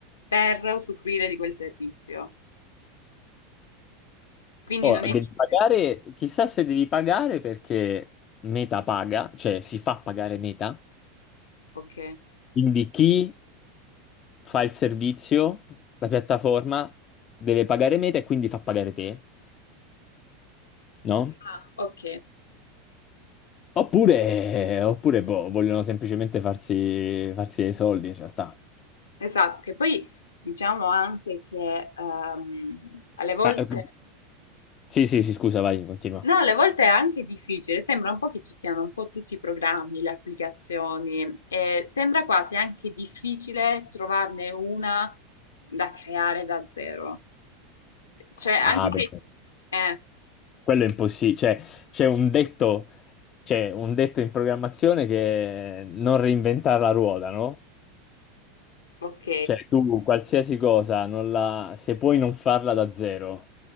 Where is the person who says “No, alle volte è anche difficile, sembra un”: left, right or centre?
Left